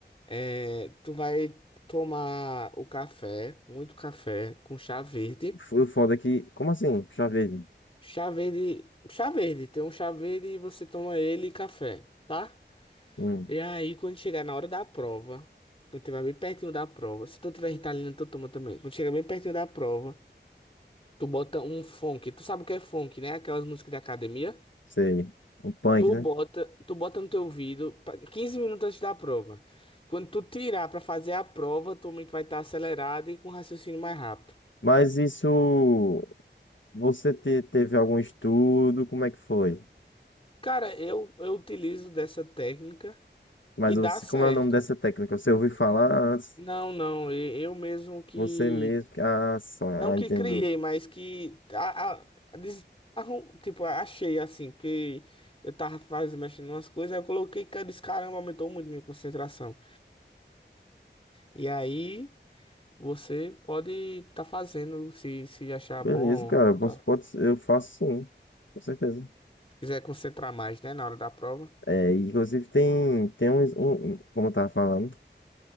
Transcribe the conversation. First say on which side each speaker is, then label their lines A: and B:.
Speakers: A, on the left; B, on the left.
A: É, tu vai tomar o café, muito café, com chá verde.
B: foi o foda é que. Como assim? Puxa vida.
A: Chá verde. Chá verde, tem um chá verde e você toma ele e café, tá?
B: Hum,
A: E aí, quando chegar na hora da prova, quando tiver bem pertinho da prova, se tu tiver Ritalina, tu toma também. Quando chegar bem pertinho da prova. Tu bota um funk. Tu sabe o que é funk, né? Aquelas músicas de academia.
B: sei. Um punk,
A: Tu
B: né?
A: bota, tu bota no teu ouvido pa- 15 minutos antes da prova. Quando tu tirar pra fazer a prova, tua mente vai estar acelerada e com raciocínio mais rápido.
B: Mas isso. Você te- teve algum estudo? Como é que foi?
A: Cara, eu, eu utilizo dessa técnica
B: Mas
A: e dá
B: você,
A: certo.
B: como é o nome dessa técnica? Você ouviu falar antes?
A: Não, não, e- eu mesmo que.
B: Você mesmo. que- Ah, sa-
A: Não
B: ah,
A: que
B: entendi.
A: criei, mas que. A, a- a des- arrum- tipo, achei assim, porque eu tava fazendo, mexendo umas coisas, aí eu coloquei, cara, esse caramba aumentou muito minha concentração. E aí você pode estar fazendo se, se achar
B: Beleza,
A: bom,
B: cara. Posso,
A: tá?
B: pode, ser- eu faço sim. Com certeza.
A: Se quiser concentrar mais, né, na hora da prova.
B: É, e, inclusive tem, tem uns, um, um- como eu tava falando,